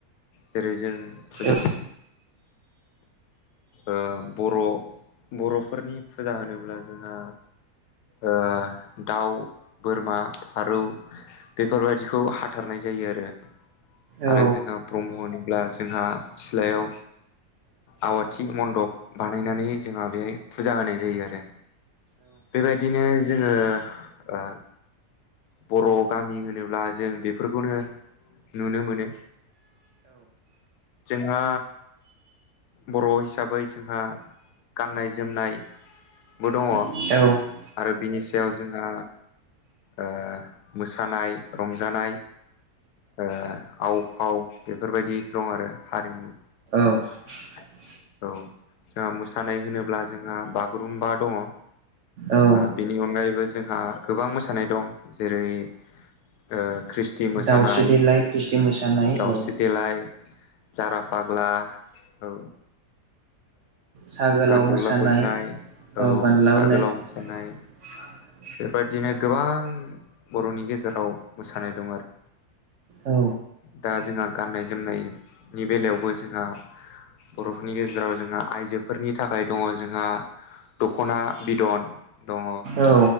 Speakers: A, on the left (about 85°); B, on the right (about 65°).
A: जेरै जों फुजा
B: औ
A: ओ बर' बर'फोरनि फुजा होनोब्ला जोंहा ओ दाउ बोरमा फारौ बेफोरबायदिखौ हाथारनाय जायो आरो।
B: औ
A: आरो जोंहा ब्रह्म होनोब्ला जोंहा सिलायाव आवाथि थि मन्दप बानायनानै जोंहा बेहाय फुजा होनाय जायो आरो बेबायदिनो जोङो ओ बर' गामि होनोब्ला जों बेफोरखौनो नुनो मोनो जोंहा बर' हिसाबै जोंहा गाननाय जोमनाय बो दङ
B: औ
A: आरो बिनि सायाव जोंहा ओ मोसानाय रंजानाय ओ आव फाव बेफोरबायदि दं हारिमु
B: <inaudible>
A: औ जोंहा मोसानाय होनोब्ला जोंहा बागुरुम्बा दङ ओ
B: औ
A: बिनि अनगायैबो जोंहा गोबां मोसानाय दं जेरै ओ खृष थि मोसानाय
B: दाउस्रि देलाय खृष्टि
A: ओ
B: मोसानाय
A: दाउस्रि
B: औ
A: देलाय जारा फाग्ला औ
B: साहा गोलाव
A: गान्दौला
B: मोसानाय
A: बोननाय औ
B: ओ बानलावनाय
A: सा गोलाव मोसानाय
B: <inaudible>
A: बेबायदिनो गोबां बर'नि गेजेराव मोसानाय दं आरो
B: औ
A: दा जोंहा गाननाय जोमनायनि बेलायावबो जोंहा बर'फोरनि गेजे राव जोंहा आइजोफोरनि थाखाय दङ जोंहा दख'ना बिदन दङ
B: औ